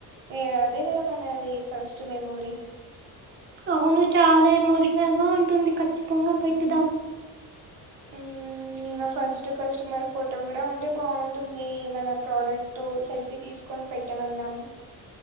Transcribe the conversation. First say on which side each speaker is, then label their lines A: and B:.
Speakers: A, on the right; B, on the right.
A: ఇగ అదే కదా మనది ఫస్ట్ మెమోరీ
B: అవును చాలా ఎమోషనల్ గా ఉంటుంది ఖచ్చితంగ పెట్టుదాం స్
A: మ్మ్ ఇంగ ఫస్ట్ కస్టమర్ ఫోటో కూడా ఉంటే బావుంటుంది మన ప్రోడక్ట్ తో సెల్ఫీ తీసుకొని పెట్ ట్టమందామ